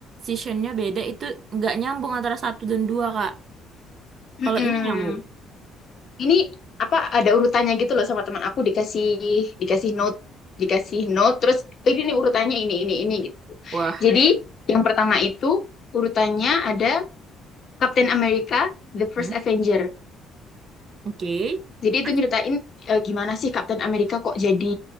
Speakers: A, on the right; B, on the left.
A: seasonnya beda itu nggak nyambung antara satu dan dua, Kak.
B: Mm-mm.
A: Kalau ini nyambung.
B: Ini apa ada urutannya gitu loh sama teman aku dikasih dikasih note, dikasih note terus "Oh, ini nih urutannya ini ini ini gitu.
A: Wah,
B: Jadi yang pertama itu urutannya ada Captain America The First
A: hmm,
B: Avenger.
A: oke.
B: Jadi itu
A: Terus?
B: nyeritain eh, gimana sih Captain America kok jadi